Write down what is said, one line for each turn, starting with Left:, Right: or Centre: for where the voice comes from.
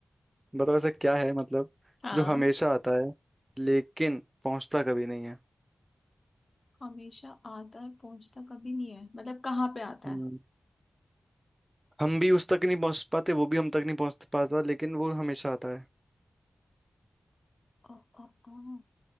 Right: बताओ ऐसा क्या है मतलब
Left: हाँ
Right: जो हमेशा आता है लेकिन पहुंचता कभी नहीं है
Left: हमेशा आता है पहुंचता कभी नहीं है मतलब कहाँ पे आता
Right: हम्म,
Left: है
Right: हम भी उस तक नहीं पहुंच पाते वो भी हम तक नहीं पहुंच पाता लेकिन वो हमेशा आता है
Left: ओ, ओ, ओ,